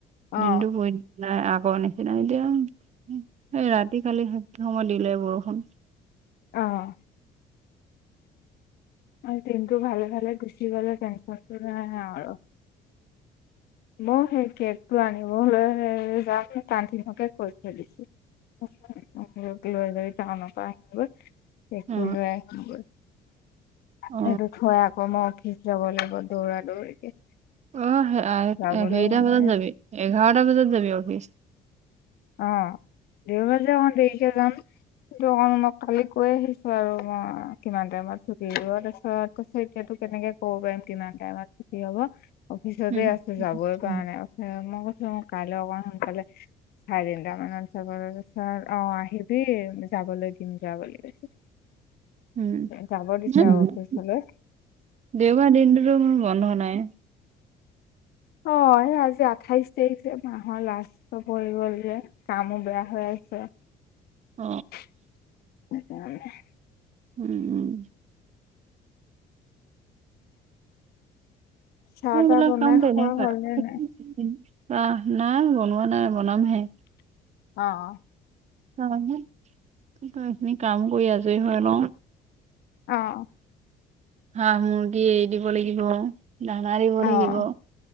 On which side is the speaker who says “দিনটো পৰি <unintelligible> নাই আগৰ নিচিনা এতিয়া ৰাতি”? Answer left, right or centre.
Right